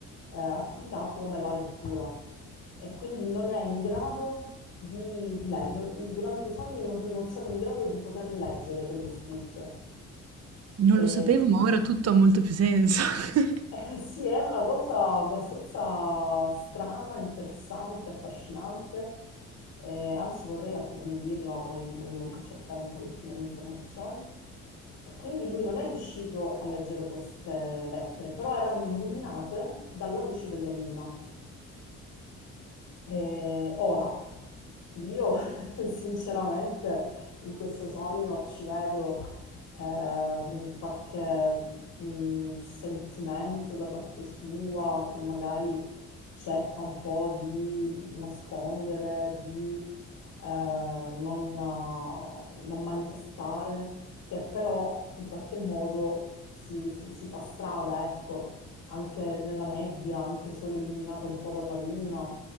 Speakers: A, on the left (about 80°); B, on the right (about 55°).
A: eh, attività come la lettura e quindi non è in grado di, di leggere, durante i sogni non, non siamo in grado di poter leggere delle scritte.
B: Non
A: E,
B: lo sapevo, ma ora tutto ha molto più senso. <laughs>
A: eh, sì, è una cosa abbastanza strana, interessante, affascinante, eh, anzi vorrei approfondirla, poi voglio cercare un pochettino di informazioni. E quindi lui non è riuscito a leggere queste lettere, però erano illuminate dalla luce della luna. Eh, ora, io <laughs> sinceramente in questo sogno ci vedo eh, un qualche mh, sentimento da parte sua che magari cerca un po' di nascondere, di eh, non, non manifestare, che però in qualche modo si, si- si fa strada, ecco, anche nella nebbia, anche solo illuminato un po' dalla luna